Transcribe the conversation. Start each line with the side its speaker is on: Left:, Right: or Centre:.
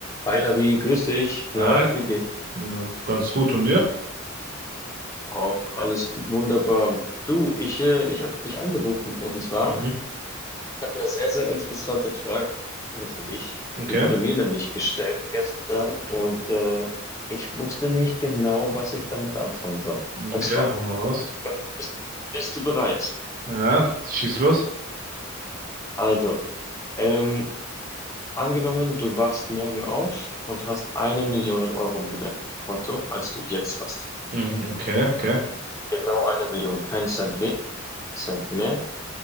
Left: Hi Labi, grüß dich.
Right: Ja,
Left: Na, wie geht's?
Right: na, ganz gut. Und dir?
Left: Auch alles wunderbar. Du, ich, äh, ich habe dich angerufen und zwar,
Right: Mhm.
Left: ich habe eine sehr, sehr interessante Frage für dich.
Right: Okay.
Left: Die wurde mir nämlich gestellt gestern und äh, ich wusste nicht genau, was ich damit anfangen soll. Und
Right: Okay,
Left: zwar,
Right: hau mal raus.
Left: bist, bist du bereit?
Right: Ja, schieß los.
Left: Also, ähm, angenommen, du wachst morgen auf und hast eine Million Euro mehr im Konto, als du jetzt hast.
Right: Mhm, okay, okay,
Left: Genau eine Million, kein Cent weniger, Cent mehr.